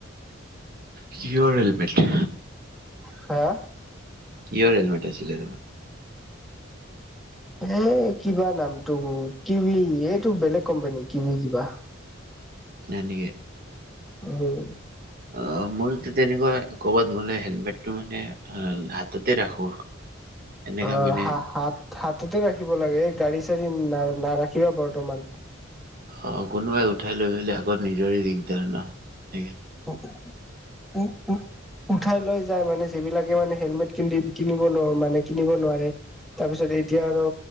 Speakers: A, on the right; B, in the centre.
A: কিহৰ হেলমেট
B: হা
A: কিহৰ হেলমেটে আছিলে তোমাৰ
B: এ কিবা নামটো কিউবি এইটো বেলেগ কোম্পানী কিউবি জিবা
A: নাই নেকি
B: উম
A: অ মোৰ তেনেকুৱা কৰ'বাত গ'লে হেলমেটটো মানে হা হাততে ৰাখো এনেকা
B: অ
A: মানে
B: হা হাত হাততে ৰাখিব লাগে এই গাড়ী চাড়ী না নাৰাখিবা বৰ্তমান
A: অ কোনোবাই উঠাই লৈ গলে আগত নিজৰে দিগদাৰ ন সেই
B: উ উম উম উঠাই লৈ যায় মানে যিবিলাকে মানে হেলমেট কি কিনিব নো মানে কিনিব নোৱাৰে তাৰপিছত এতিয়া আৰু